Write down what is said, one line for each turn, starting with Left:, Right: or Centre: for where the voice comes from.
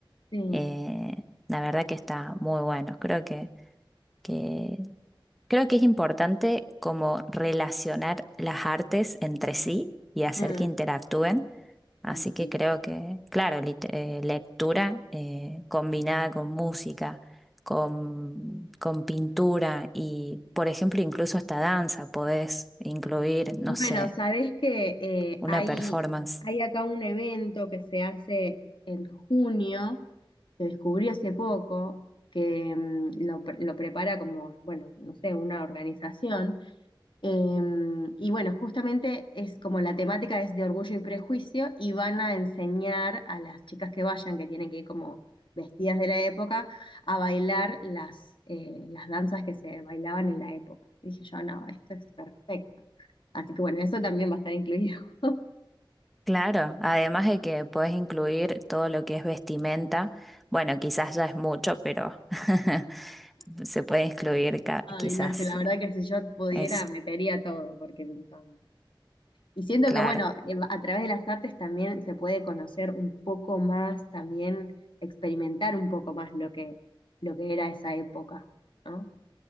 Left: sí.
Centre: Eh, la verdad que está muy bueno. Creo que, que Creo que es importante como relacionar las artes entre sí y hacer
Left: Mm,
Centre: que interactúen. Así
Left: Ay,
Centre: que
Left: sí.
Centre: creo que, claro, lit- eh, lectura eh, combinada con música, con, con pintura y, por ejemplo, incluso hasta danza, podés incluir,
Left: Bueno,
Centre: no sé,
Left: sabes que eh,
Centre: una
Left: hay,
Centre: performance.
Left: hay acá un evento que se hace en junio, que descubrí hace poco, que mm, lo, pre- lo prepara como, bueno, no sé, una organización. Em, y bueno, justamente es como la temática es de orgullo y prejuicio y van a enseñar a las chicas que vayan, que tienen que ir como vestidas de la época, a bailar las, eh, las danzas que se bailaban en la época. Y dije yo, no, esto es perfecto. Así que bueno, eso también va a estar incluido.
Centre: Claro, además de que podés incluir todo lo que es vestimenta. Bueno, quizás ya es mucho, pero <laughs> se puede incluir
Left: <laughs>
Centre: ca-
Left: Ay,
Centre: quizás
Left: no, es que la verdad que si yo pudiera,
Centre: Eso,
Left: metería todo porque me encanta. Y siento
Centre: claro.
Left: que, bueno, eh, a través de las artes también se puede conocer un poco más, también experimentar un poco más lo que, lo que era esa época, ¿no?